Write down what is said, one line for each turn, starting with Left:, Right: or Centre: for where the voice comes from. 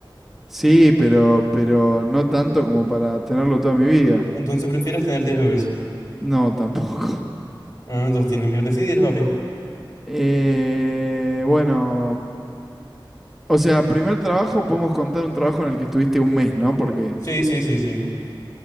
Centre: Sí, pero, pero no tanto como para tenerlo toda mi vida.
Left: Entonces prefieres tener 10 bebés.
Centre: No, tampoco. <laughs>
Left: Ah, entonces tienes que decidir, papi.
Centre: Eh, bueno, o sea, primer trabajo podemos contar un trabajo en el que estuviste un mes, ¿no? Porque...
Left: Sí, sí, sí, sí.